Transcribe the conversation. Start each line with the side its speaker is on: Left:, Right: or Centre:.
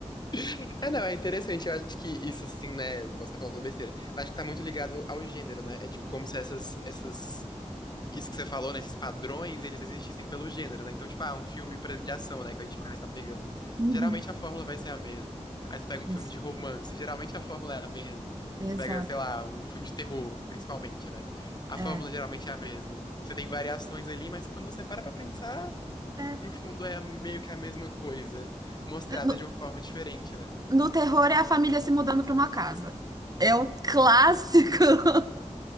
Left: <laughs> ah, não, é interessante. Eu acho que isso sim, né? Posso estar falando besteira. Mas acho que tá muito ligado ao gênero, né? É tipo como se essas, essas isso que você falou, né? Esses padrões, eles existissem pelos gêneros, né? Então, tipo, ah, um filme por exemplo, de ação, né? Que a gente mais tá pegando.
Right: Uhum.
Left: Geralmente a fórmula vai ser a mesma. Aí você pega um filme
Right: Ex-
Left: de romance, geralmente a fórmula é a mesma.
Right: Exato.
Left: Você pega, sei lá, um filme de terror, principalmente, né? A
Right: É.
Left: fórmula geralmente é a mesma. Você tem variações ali, mas quando você para pra pensar,
Right: É.
Left: no fundo é meio que a mesma coisa, mostrada
Right: No,
Left: de uma forma diferente, né?
Right: no terror é a família se mudando para uma casa. É o clássico. <laughs>